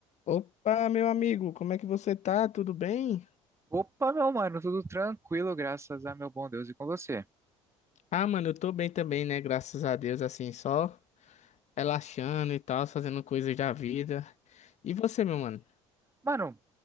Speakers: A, on the left; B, on the right.
A: Opa, meu amigo, como é que você tá? Tudo bem?
B: Opa, meu mano, tudo tranquilo, graças a meu bom Deus e com você.
A: Ah, mano, eu tô bem também, né? Graças a Deus, assim, só relaxando e tal, fazendo coisas da vida. E você, meu mano?
B: Mano,